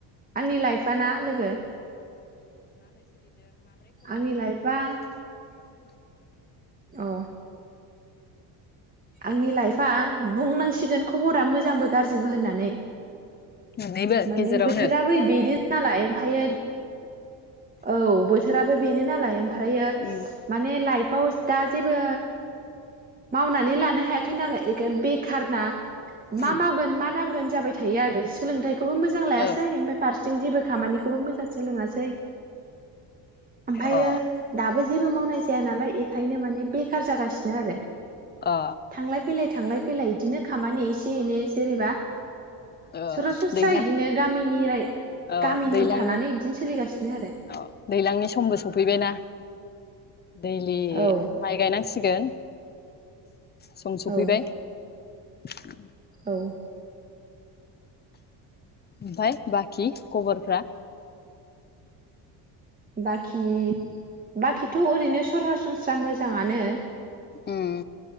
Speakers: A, on the right; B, on the left.
A: आंनि लाइफआ ना लोगो आंनि लाइफआ
B: <unintelligible>
A: अ आंनि लाइफआ बुंनांसिगोन खबरा मोजांबो गाज्रिबो होननानै।
B: मोननैबो
A: माने
B: गेजेरावनो
A: बोथोराबो बे <unintelligible> हालाय ओमफायो औ बोथोराबो बेनो नालाय ओमफ्रायो
B: उम
A: माने लाइफ औ दा जेबो मावनानै लानो हायाखै नालाय एखाय बेखार ना।
B: उम
A: मा मावगोन मा दांगोन जाबाय थायो आरो सोलोंथाइ बखौबो मोजां लायासै
B: ओ
A: ओमफाय फारस जों जेबो खामानिखौ खौबो मोजां सोलोङासै। ओमफायो
B: अ
A: दाबो जेबो मावनाय जाया नालाय एखायनो माने बेखार जागासिनो आरो।
B: अ
A: थांलाय फैलाय थांलाय फैलाय इदिनो खामानि एसे एनै जेनेबा।
B: ओ
A: सरासनस्रा
B: दैलां
A: इदिनो गामिनि राइ
B: ओ
A: गामिनियाव
B: दैलां
A: थानानै इदिनो सोलिगासिनो आरो।
B: अ दैलांनि समबो सफैबायना। दैलि
A: औ
B: माइ गायनांसिगोन। सम सफैबाय।
A: औ
B: <inaudible>
A: औ।
B: ओमफाय बाखि खबरफ्रा?
A: बाखि बाखिथ' ओरैनो सरासनस्रा मोजाङानो।
B: उम।